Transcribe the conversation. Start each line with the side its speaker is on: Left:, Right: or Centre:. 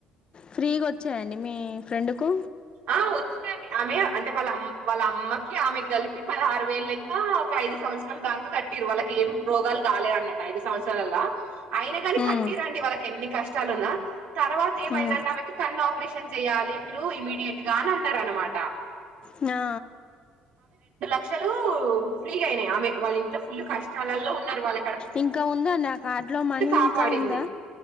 Left: ఫ్రీ గోచ్చాయండి మీ ఫ్రెండ్కు
Right: ఆ వచ్చినడి ఆమె అంటే వాళ్ళమ్ వాళ్ళ అమ్మకి ఆమె కలిపి పదహరు వేలు లెక్క ఒక ఐదు సంవత్సరాలు దాంక కట్టిరు వాళ్ళకి ఏం రోగాలు కాలే అన్నట్టు ఐదు సంవత్సరాలలా అయిన గాని
Left: ఉమ్,
Right: కట్టిరండి వాళ్ళకి ఎన్ని కష్టాలు ఉన్నా తర్వాత ఏమైందంటే
Left: ఉమ్.
Right: ఆమెకి కన్న ఆపరేషన్ చేయాలి మీరు ఇమీడియట్ గా అని అన్నారు అనమాట
Left: ఆ
Right: లక్షలు ఫ్రీగా అయినాయి ఆమె వాళ్ళ ఇంట్లో ఫుల్ కష్టాలలో ఉన్నారు వాళ్ళ
Left: ఇంకా ఉందా నా అ కార్డు లో మనీ
Right: కాపాడింది.
Left: ఇంకా ఉందా